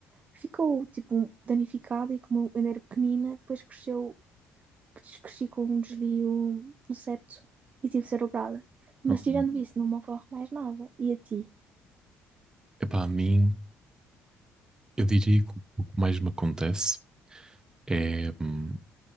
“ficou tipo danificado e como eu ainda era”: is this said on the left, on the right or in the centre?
Right